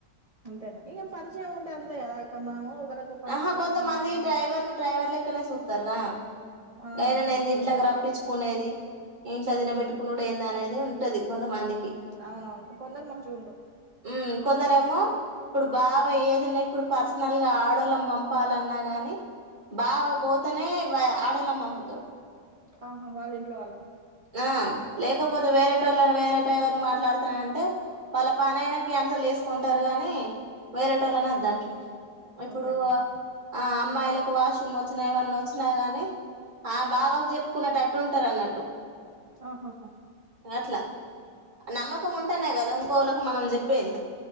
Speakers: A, on the right (about 25°); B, on the right (about 50°).
A: అంతేనా ఏం పరిచయం ఉంటే అంతేకదా అక్కడ మనము ఒకలకు మంచిగా
B: ఆహా
A: పరిచయం
B: కొంతమంది
A: అయినాం
B: డ్రైవర్
A: అంటే
B: ను డ్రైవర్ లెక్కనే చూస్తారా
A: ఆహాహా
B: అయిన నేను
A: అట్లాంటా
B: దీంట్లోకి రప్పించుకోలేదే ఇంట్లో తినబెట్టుకుండు
A: ఉహుహు
B: అనేది ఉంటది ఉంటది కొంతమందికి
A: అవునవును కొందరు మంచిగుంటరు
B: ఊ కొందరేమ ఇప్పుడు బావ ఏదున్న ఇప్పుడు పర్సనల్గా ఆడ్డూ ఆడోళ్ళను పంపాలన్నా గాని బావ పోతేనే ఆడోళ్ళను పంపుతారు
A: ఆహా వాళ్ళ ఇంట్లో వాళ్ళను
B: ఆ లేకపోతే వేరేటోళ్ళ వేరే డ్రైవర్ మాట్లాడుతానంటే వాళ్ళ పనైనా క్యాన్సల్ చేసుకుంటారు గాని వేరేటోళ్లను
A: ఉమ్
B: వద్దంటరు ఏప్పుడు
A: వద్దంటాడా
B: ఆ అమ్మాయిలకు వాష్రూమ్ వచ్చినా ఏమన్న వచ్చినా గాని ఆ ఆ బావకు చెప్పుకున్నట్లయితే పట్టు ఉంటారు అన్నట్టు
A: ఆహహ
B: అట్లా నమ్మకం ఉంటేనే కదా ఇంకోళ్ళకు మనం చెప్పేది